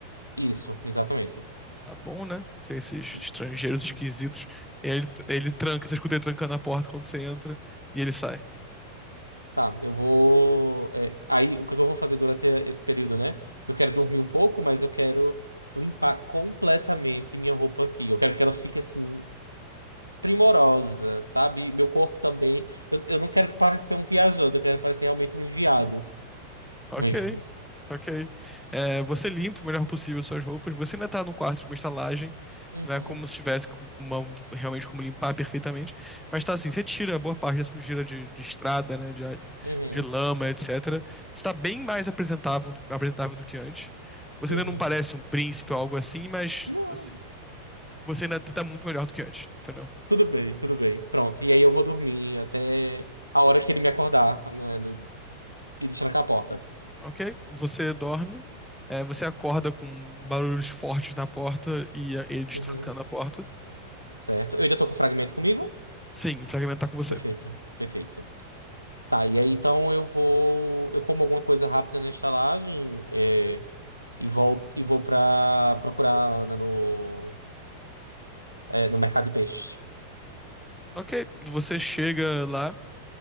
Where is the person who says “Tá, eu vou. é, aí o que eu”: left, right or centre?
Right